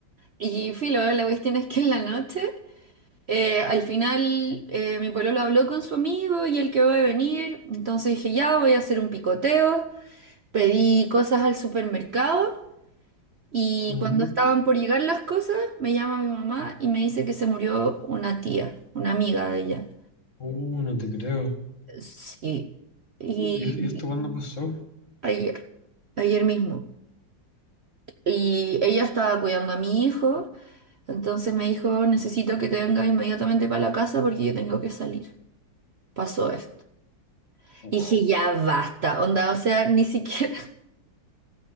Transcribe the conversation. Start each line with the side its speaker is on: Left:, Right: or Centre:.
Right: Y filo, la cuestión es que en la noche, eh, al final eh, mi pololo habló con su amigo y él que va a venir, entonces dije, ya voy a hacer un picoteo, pedí cosas al supermercado. Y
Left: Ujú.
Right: cuando estaban por llegar las cosas, me llama mi mamá y me dice que se murió una tía, una amiga de ella.
Left: Uh, no te creo.
Right: Sí. Y
Left: Uh, ¿y, es- y esto cuándo pasó?
Right: ayer, ayer mismo. Y ella estaba cuidando a mi hijo, entonces me dijo, necesito que te vengas inmediatamente para la casa porque yo tengo que salir. Pasó esto.
Left: Wow.
Right: Y dije, ya basta, onda, o sea, ni siquiera... <laughs>